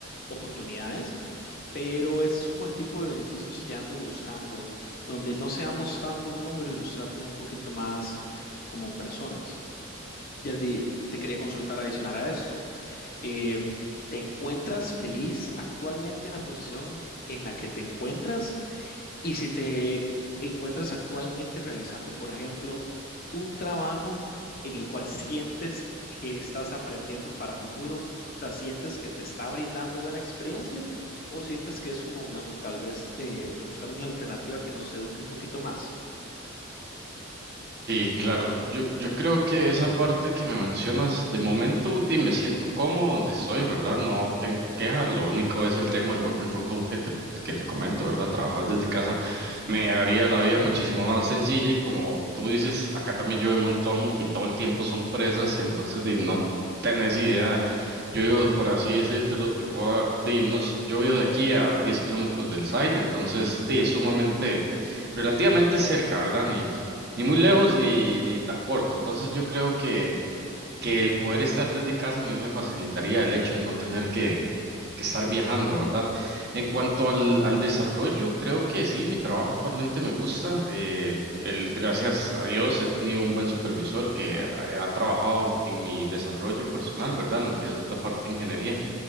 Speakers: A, on the left; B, on the right.
A: oportunidades, pero ese es como el tipo de beneficios que ando buscando, donde no seamos tanto un número y nos traten un poquito más como personas. Yerdy, te quería consultar adicional a esto. Eh, ¿te encuentras feliz actualmente en la posición en la que te encuentras? Y si te encuentras actualmente realizando, por ejemplo, un trabajo en el cual sientes que estás aprendiendo para futuro, o sea, sientes que te está brindando buena experiencia o sientes que es como momento tal vez de, de buscar una alternativa que nos eduque un poquito más.
B: Sí, claro. Yo, yo creo que esa parte que me mencionas, de momento, di, me siento cómodo donde estoy, ¿verdad? No tengo quejas. Lo único es el tema del working from home que te, que te comento, ¿verdad? Trabajar desde casa me haría la vida muchísimo más sencilla y como tú dices, acá también llueve un montón y todo el tiempo son presas, entonces di, no tenés idea. Yo vivo, por así decírtelo, te puedo, de unos, yo vivo de aquí a 10 kilómetros del site, entonces di, es sumamente, relativamente cerca, ¿verdad? ni muy lejos ni, ni tan corto. Entonces yo creo que, que el poder estar desde casa a mí me facilitaría el hecho de no tener que, que estar viajando, ¿verdad? En cuanto al, al desarrollo, creo que sí, mi trabajo actualmente me gusta. eh, el, gracias a Dios he tenido un buen supervisor que ha, ha trabajado en, en mi desarrollo personal, ¿verdad? En lo que es la parte de ingeniería